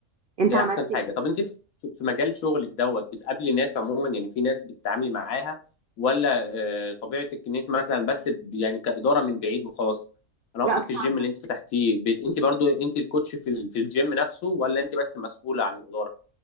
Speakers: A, on the right; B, on the left.
A: انت
B: دي
A: عملت
B: احسن
A: ايه؟
B: حاجه طب انت في في مجال شغلك دوت بتقابلي ناس عموما يعني في ناس بتتعاملي معاها ولا آه، طبيعتك ان انت مثلا بس ب- يعني كاداره من بعيد وخلاص انا
A: لا
B: اقصد
A: طبعا
B: في الجيم اللي انت فتحتيه بت- انت برضو انت الكوتش في ال- في الجيم نفسه ولا انت بس مسؤوله عن الاداره